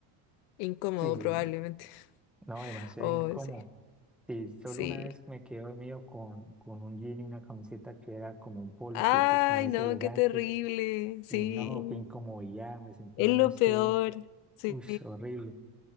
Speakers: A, on the left; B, in the centre.
A: Incómodo,
B: Sí,
A: probablemente. <laughs>
B: no, demasiado
A: Oh,
B: incómodo.
A: sí.
B: Sí, solo
A: Sí.
B: una vez me quedé dormido con, con un jean y una camiseta que era como un polo
A: Ay,
B: que pues no es
A: no,
B: elegante
A: qué terrible. Sí,
B: Y no, qué incomodidad, me sentía,
A: es lo
B: no sé,
A: peor. Sí,
B: uy, horrible,